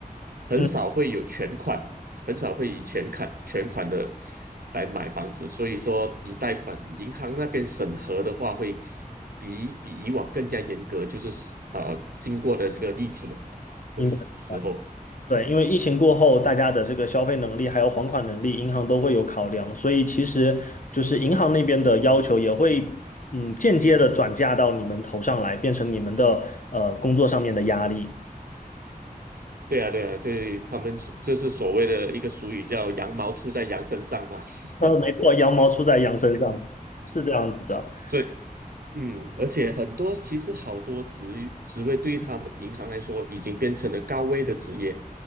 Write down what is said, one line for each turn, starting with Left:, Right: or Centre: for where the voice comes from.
Right: 很少会有全款，
Left: 嗯，
Right: 很少会以全款全款的来买房子，所以说以贷款，银行那边审核的话会比比以往更加严格，就是呃，经过的这个疫情
Left: 明白。
Right: 的时时候，
Left: 对，因为疫情过后，大家的这个消费能力还有还款能力，银行都会有考量，所以其实就是银行那边的要求也会，嗯，间接的转嫁到你们头上来，变成你们的呃工作上面的压力。
Right: 对啊，对啊，就是他们就是所谓的一个俗语叫“羊毛出在羊身上”嘛。<laughs>
Left: 呃，没错，羊毛出在羊身上，是这样子的。
Right: 所以嗯，而且很多其实好多职职位对于他们银行来说已经变成了高危的职业，